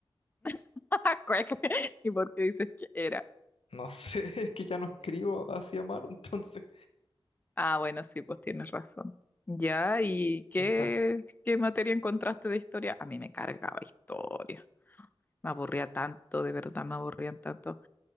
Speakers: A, on the left; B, on the left.
A: <laughs> Cuec. ¿Y por qué dices que era?
B: no sé, <laughs> es que ya no escribo así a mano, entonces
A: Ah, bueno, sí, pues tienes razón. Ya, ¿y qué,
B: está,
A: qué materia encontraste de historia? A mí me cargaba historia. Me aburría tanto, de verdad, me aburrían tanto.